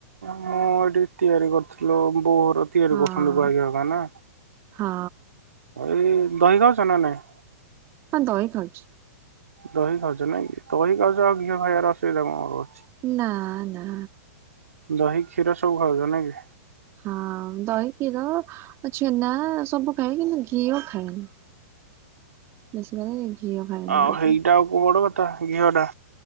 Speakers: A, on the right; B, on the right.
A: ମୁଁ ଏଠି ତିଆରି କରୁଥିଲୁ ବୋଉ ଘର ତିଆରି
B: ହଁ
A: କରୁଛନ୍ତି ଗୁଆଘିଅ ରା ନା।
B: ହଁ।
A: ଏଇ ଦହି ଖାଉଚ ନା ନାଇଁ?
B: ହଁ ଦହି ଖାଉଚି।
A: ଦହି ଖାଉଚ ନାଇଁ କି ଦହି ଖାଉଚ ଆଉ ଘିଅ ଖାଇବାର ଅସୁବିଧା କଣ ର
B: ନା ନା।
A: ଦହି କ୍ଷୀର ସବୁ ଖାଉଚ ନା କି?
B: ହଁ ଦହି କ୍ଷୀର ଆଉ ଛେନା ସବୁ ଖାଏ କିନ୍ତୁ ଘିଅ ଖାଏନି। ବେଶିକାଲି ଘିଅ ଖାଏନି
A: ଆଉ
B: ଟୋଟାଲି।
A: ହେଇଟା ଆଉ କଉ ବଡ କଥା। ଘିଅ ଟା